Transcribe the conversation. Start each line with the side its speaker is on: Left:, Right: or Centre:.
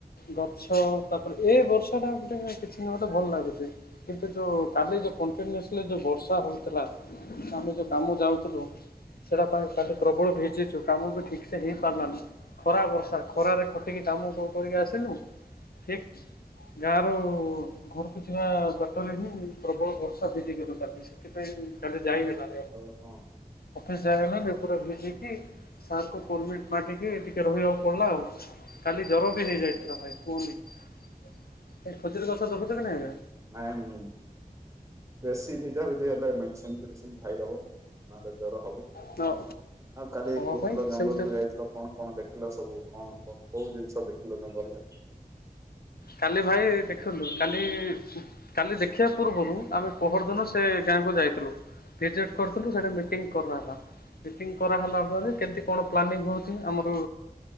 Left: ଗଛ ତାପରେ ଏ ବର୍ଷା ଟା ଗୋଟେ କିଛି ନହେଲେ ଭଲ ଲାଗୁଛି। କିନ୍ତୁ ଯୋଉ କାଲି ଯୋଉ କଣ୍ଟିନିଓସଲି ଯୋଉ ବର୍ଷା ହଉଥିଲା ଆମେ ଯୋଉ କାମ ଯାଉଥିଲୁ। ସେଇଟା ପାଇଁ କାଲି ପ୍ରବଳ ଭିଜିଛୁ କାମ ବି ଠିକ୍ ସେ ହେଇପାରିଲାନି। ଖରା ବର୍ଷା ଖରାରେ ଖଟିକି କାମ କ-କରିକି ଆସିଲୁ ଠିକ। ଗାଁ ରୁ ଘରକୁ ଯିବା ବାଟରେ ହିଁ ପ୍ରବଳ ବର୍ଷା ଭିଜି ଗଲୁ କାଲି ସେଥିପାଇଁ କାଲି ଯାଇ ହେଲା
Right: ହଁ ହଁ।
Left: ଅଫିସ ଯାଇହେଲାନି ପୁରା ଭିଜିକି ସାରଙ୍କ ପରମିଟ୍ ମାଗିକି ଟିକେ ରହିବାକୁ ପଡ଼ିଲା ଆଉ। କାଲି ଜର ବି ହେଇଯାଇଥିଲା ଭାଇ କୁହନି ଏୟୀ ଖଜୁରୀ ଗଛ ଜଗୁଛ ନାଇଁ ବେ?
Right: ନାଇଁ ବେଶୀ ଭିଜାଭିଜି ହେଲେ ମେଡିସିନ ଫେଡିସିନ ଖାଇଦବ। ହଁ ତ ଜର ହବ
Left: ହଁ
Right: ଆଉ କାଲି
Left: ହଁ
Right: କହୁଥିଲ
Left: ଭାଇ
Right: ଜଙ୍ଗଲକୁ
Left: ସେମିତି
Right: ଯାଇଥିଲ କଣ କଣ ଦେଖିଲ ସବୁ କଣ କଣ କୋଉ ଜିନିଷ ଦେଖିଲ ଜଙ୍ଗଲରେ?
Left: କାଲି ଭାଇ ଦେଖିଲୁ କାଲି କାଲି ଦେଖିବା ପୂର୍ବରୁ ଆମେ ପହର ଦିନ ସେ ଗାଁକୁ ଯାଇଥିଲୁ। ଭିଜିଟ କରିଥିଲୁ ସେଟା ମିଟିଂ କରନା ହେଲା। ମିଟିଂ କରାହେଲା ପରେ କେତେ କଣ ପ୍ଲାନିଂ ହେଉଛି ଆମର